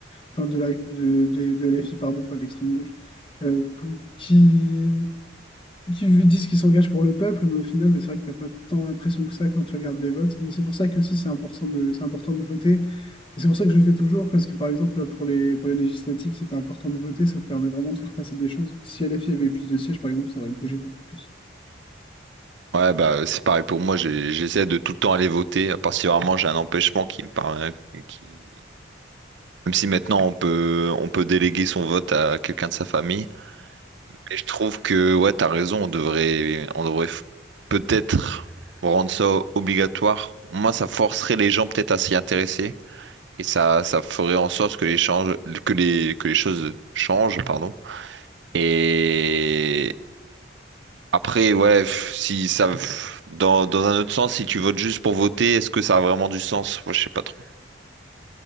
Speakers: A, on the left; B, on the right.
A: enfin de la de, de, de LFI, pardon, pas de l'extrême gauche, euh, qui, qui disent qu'ils s'engagent pour le peuple, mais au final, c'est vrai que t'as pas tant l'impression que ça quand tu regardes les votes. Mais c'est pour ça que aussi c'est important de, c'est important de voter. Et C'est pour ça que je le fais toujours, parce que par exemple, pour les, pour les législatives, c'était important de voter, ça te permet vraiment de faire passer des choses. Si LFI avait eu plus de sièges, par exemple, ça aurait bougé beaucoup plus.
B: Ouais, bah, c'est pareil pour moi, j'ai- j'essaie de tout le temps aller voter, à part si vraiment j'ai un empêchement qui me paraît, qui, Même si maintenant on peut on peut déléguer son vote à quelqu'un de sa famille. Mais je trouve que ouais, t'as raison, on devrait on devrait f- peut-être rendre ça obligatoire. Moi, ça forcerait les gens peut-être à s'y intéresser et ça ça ferait en sorte que les change- que les que les choses changent, pardon. Et après ouais, f- si ça f- dans dans un autre sens, si tu votes juste pour voter, est-ce que ça a vraiment du sens? Moi, je sais pas trop.